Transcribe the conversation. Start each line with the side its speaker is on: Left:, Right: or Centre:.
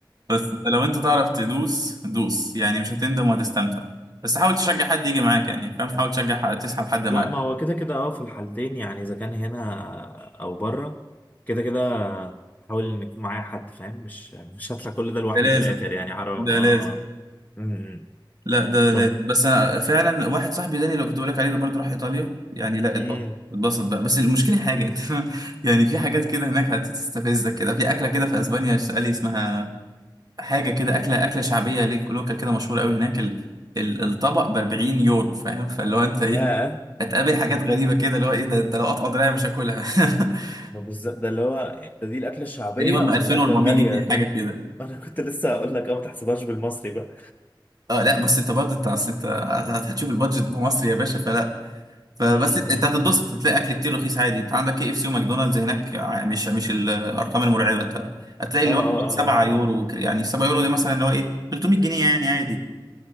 Right: بس انت لو انت تعرف تدوس دوس يعني مش هتندم وهتستمتع بس حاول تشجع حد يجي معاك يعني فاهم حاول تشجع حد تسحب حد
Left: لا
Right: معاك
Left: ما هو كده كده اه في الحالتين يعني اذا كان هنا او بره كده كده حاول ان يكون معايا حد فاهم مش مش هطلع كل ده لوحدي
Right: ده لازم
Left: في الاخر يعني حرام
Right: ده
Left: اه
Right: لازم
Left: اه أمم.
Right: لا ده
Left: طب
Right: لازم بس انا فعلا واحد صاحبي داني لو كنت بقول لك عليه ده برضه راح ايطاليا يعني لا
Left: امم
Right: اتبسط اتبسط بقى بس المشكله حاجه انت <laughs> يعني في حاجات كده هناك هتستفزك كده في اكله كده في اسبانيا قال لي اسمها حاجه كده اكله اكله شعبيه ليك لوكال كده مشهوره قوي هناك ال... ال- الطبق ب 40 يورو فاهم فاللي هو انت ايه
Left: يا
Right: هتقابل
Left: ايه
Right: حاجات
Left: ده
Right: غريبه كده اللي هو ايه ده انت لو قطع دراعي مش هاكلها <laughs>
Left: ده بالظبط ده اللي هو ده دي الاكله الشعبيه
Right: تقريبا ب
Left: اما
Right: 2400
Left: الاكله الغاليه
Right: جنيه حاجه
Left: طيب
Right: كده
Left: <laughs> انا كنت لسه هقول لك اه ما تحسبهاش بالمصري بقى
Right: اه لا بس انت برضه انت أصل انت هت- هتشوف البادجت بمصر يا باشا فلا فبس
Left: امم
Right: انت
Left: أمم،
Right: أنت هتتبسط
Left: أمم.
Right: هتلاقي اكل كتير رخيص عادي انت عندك كي اف سي وماكدونالدز هناك ع- مش مش الارقام المرعبه انت هتلاقي
Left: اه
Right: اللي هو
Left: اه
Right: 7
Left: اه
Right: يورو
Left: اه آه.
Right: وك- يعني 7 يورو دي مثلا اللي هو ايه 300 جنيه يعني عادي